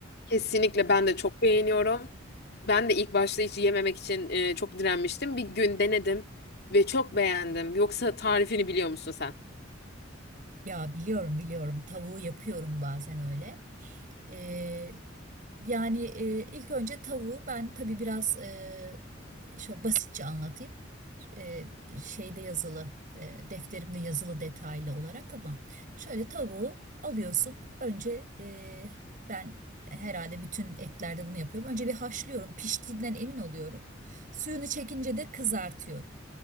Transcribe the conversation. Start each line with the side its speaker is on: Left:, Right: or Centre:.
Left: Kesinlikle ben de çok beğeniyorum. Ben de ilk başta hiç yememek için e, çok direnmiştim. Bir gün denedim ve çok beğendim. Yoksa tarifini biliyor musun sen?
Right: Ya biliyorum biliyorum tavuğu yapıyorum bazen öyle. Ee, yani e, ilk önce tavuğu ben tabii biraz e, şöyle basitçe anlatayım. Ee, şeyde yazılı e, defterimde yazılı detaylı olarak ama şöyle tavuğu alıyorsun. Önce e, ben herhalde bütün etlerde bunu yapıyorum. Önce bir haşlıyorum piştiğinden emin oluyorum. Suyunu çekince de kızartıyorum.